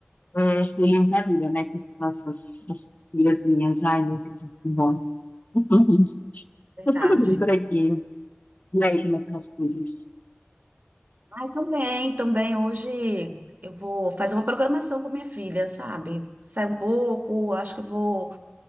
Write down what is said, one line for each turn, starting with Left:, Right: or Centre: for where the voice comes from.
Left: é, feliz da vida, né? Com essas, essas filhazinhas. Ai, meu Deus, que bom. <laughs> Enfim,
Right: Verdade.
Left: mas tudo bem por aqui. E aí, como é que tá as coisas?
Right: Ai, também, também. Hoje eu vou fazer uma programação com minha filha, sabe? Sair um pouco, acho que eu vou